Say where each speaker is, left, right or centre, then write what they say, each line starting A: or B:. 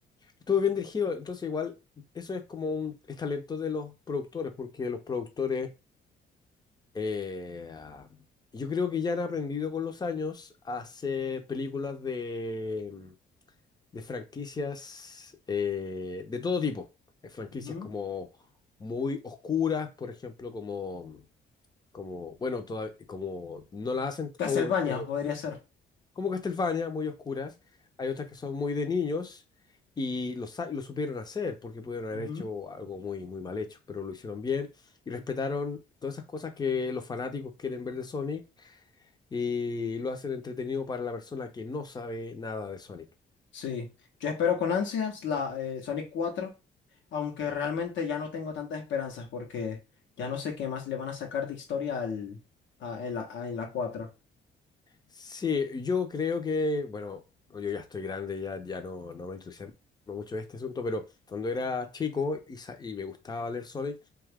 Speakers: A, on the left; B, on the left.
A: estuvo bien dirigido, entonces igual eso es como un es talento de los productores, porque los productores, eh, ah, yo creo que ya han aprendido con los años a hacer películas de, mm, de franquicias eh, de todo tipo. Eh, franquicias
B: Ujú.
A: como muy oscuras, por ejemplo, como... mm, como, bueno, toda- como no la hacen
B: Castlevania
A: aún, pero
B: podría ser.
A: como Castlevania, muy oscuras. Hay otras que son muy de niños y lo, sa- lo supieron hacer porque pudieron
B: Ujú,
A: haber
B: ujú.
A: hecho algo muy, muy mal hecho, pero lo hicieron bien y respetaron todas esas cosas que los fanáticos quieren ver de Sonic y lo hacen entretenido para la persona que no sabe nada de Sonic.
B: Sí, yo espero con ansias la eh, Sonic cuatro, aunque realmente ya no tengo tantas esperanzas porque ya no sé qué más le van a sacar de historia al, a- en la, a- en la 4.
A: Sí, yo creo que, bueno, yo ya estoy grande, ya, ya no, no me entusiasma mucho este asunto, pero cuando era chico y, sa- y me gustaba leer Sonic,